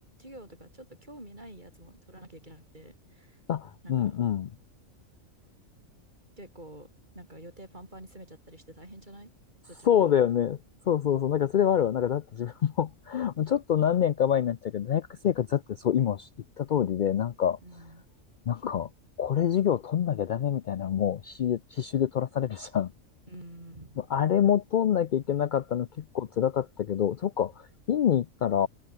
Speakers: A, on the right (about 35°); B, on the left (about 70°).
A: 業とかちょっと興味ないやつも取らなきゃいけなくて、
B: あ、
A: なんか
B: うんうん。
A: 結構、なんか予定パンパンに詰めちゃったりして大変じゃないそっちの方が。
B: そうだよね。そうそうそう。なんかそれはあるわ。なんかだって自分も <laughs> ちょっと何年か前になっちゃうけど、大学生活だってそう今言った通りで、なんか、
A: うん。
B: なんか、これ授業取んなきゃダメみたいなのも必死で、必修で取らされるじゃん。
A: うん。
B: あれも取んなきゃいけなかったの結構辛かったけど、そっか、院に行ったら、